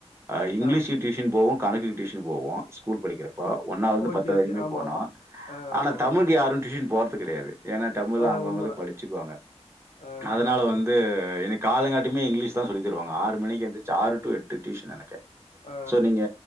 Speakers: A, on the right; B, on the left.
A: அ இங்கிலீஷி
B: ஆ
A: டியூஷன் போவோ கணக்குகு டியூஷன் போவோ கூல் படிக்கிறப்போ
B: ஓ
A: ஒன்னாவ்துலந்து
B: ஓகே
A: பத்தாவ்து
B: ஓகே
A: வரைக்குமே
B: ஆமா
A: போனோ
B: ஆமா ஆ ஆமா
A: ஆனா
B: ஆமா
A: தமிழுக்கு யாரு டியூஷன் போற்து கெடையாது எனா தமிழ்
B: ஆ
A: அவுங்கவுங்களே
B: உண்மதான்
A: படிச்சுக்வாங்க
B: ஆ
A: அதனால வந்து
B: ஓ
A: எனுக் காலங்காட்டிமே இங்கிலீஷ்தா சொல்லி தருவாங்க ஆறு மணிக்கி எந்துர்ந்துச்சு ஆறு டூ எட்டு ட்யூஷன் எனக்கு
B: அ
A: தோ நீங்க